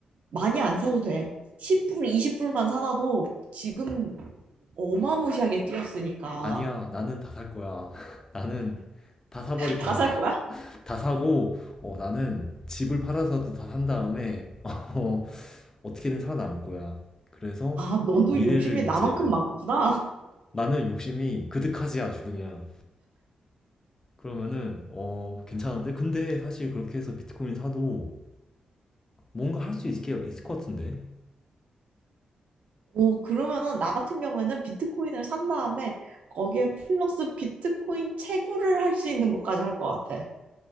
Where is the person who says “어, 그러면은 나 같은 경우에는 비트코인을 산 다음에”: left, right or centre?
Right